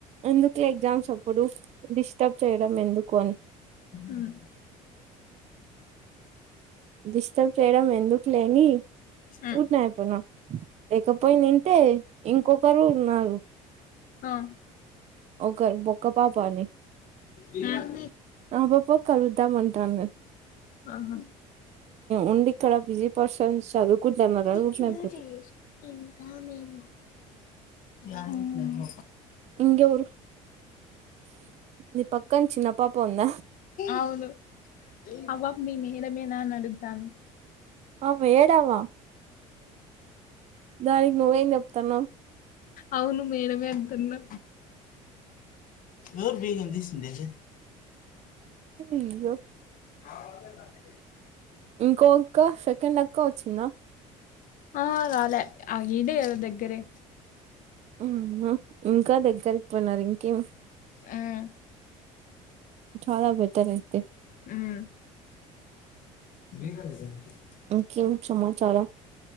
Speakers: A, on the right; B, on the left.
A: అందుకే ఎగ్జామ్స్ అప్పుడు డిస్టర్బ్ చే ఫ్రమ్ ఎందు కు కొన్ని
B: ఉమ్
A: డిస్టర్బ్ చేయడం ఎందుకు లే అని
B: ఉమ్
A: ఉన్నాయిపోనా లేకపోయి ఇంతే ఇంకొకరు ఉన్నారు
B: ఆ
A: ఒకరు బోక్క పాపా అని
B: ఉమ్
A: బో పాప కలుద్దాం అంటున్నారు
B: ఆహా.
A: ఉండి ఇక్కడ బిజీ పర్సన్స్ చదువుకుంటున్నారని
B: ఈ
A: ఊరినే
B: క్యూటీ
A: అయిపోతిమి
B: ఇంకా మేమూ ఉం
A: ఇంకెవరు నీ పక్కన చిన్న పాప ఉందా
B: ఔను అవ్వక్ మేమే ఇడ మీ నాన్న అడుగు తాండు
A: ఆ వేడావా దానికి నువ్వేం చెప్తాన్నావ్
B: అవును మేడమే అంటున్నా ఎవరు బిగం తీశి దెహే
A: <unintelligible>
B: <unintelligible>
A: ఇంకో ఇంక సెకండ్ అక్క వచ్చిందా
B: ఆ రాలే ఆ ఇడే కధ దగ్గరె
A: ఉ మ్ హు ఇంకా దగ్గరికి పోయినారు ఇంకేం
B: ఉమ్
A: చాలా బెటర్ అయితే
B: ఉం <unintelligible>
A: కిం సమాచారం